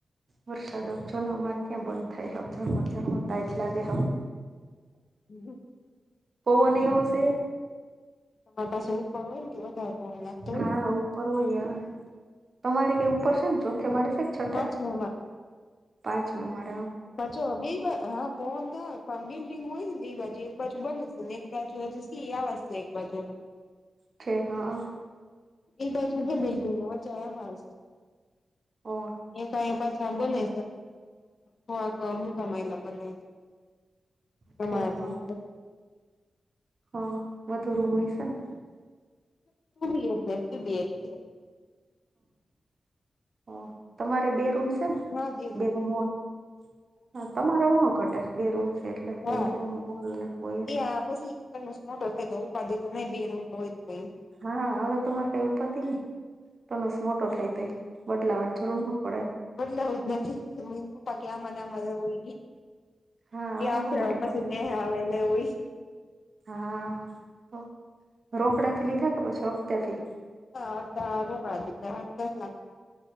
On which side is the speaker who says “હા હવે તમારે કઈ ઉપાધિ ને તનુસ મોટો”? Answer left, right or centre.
Right